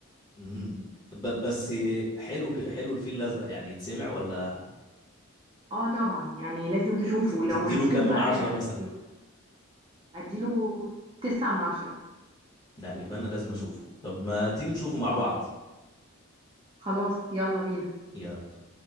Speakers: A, on the left; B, on the right.
A: امم طب بس حلو ك- حلو الفيل الازرق يعني يتسمع ولا
B: اه طبعا يعني لازم تشوفه
A: ت-
B: لو
A: تديله
B: ما شفتوش
A: كام
B: بقى
A: من عشرة مثلا
B: يبقى اديله تسعة من عشرة
A: لا يبقى انا لازم اشوفه طب ما تيجي نشوفه مع
B: اه
A: بعض
B: خلاص يلا بينا
A: يلا